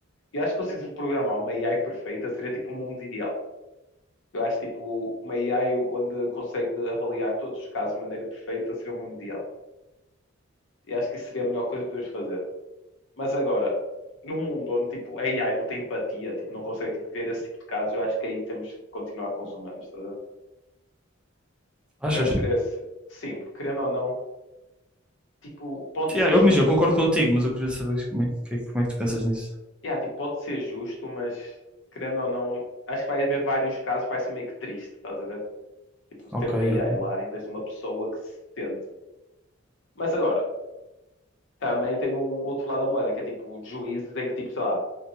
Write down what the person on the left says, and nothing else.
Eu acho que consegues programar uma AI perfeita seria tipo um mundo ideal. Eu acho tipo uma AI onde consegue avaliar todos os casos de maneira perfeita seria um mundo ideal. E acho que isso seria a melhor coisa que podemos fazer. Mas agora, num mundo onde tipo a AI não tem empatia, tipo, não consegue tipo, ver esse tipo de casos, eu acho que aí temos que continuar com os humanos, tá vendo?
Eu acho que seria esse. Sim, porque querendo ou não, tipo, pode
ser
justo,
yeah, tipo, pode ser justo, mas querendo ou não, acho que vai haver vários casos, que vai ser meio que triste, estás a ver? Tipo,
ter uma
AI lá em vez de uma pessoa que se sente. Mas agora, também tem o outro lado da moeda, que é tipo juízes em que tipo, sei lá,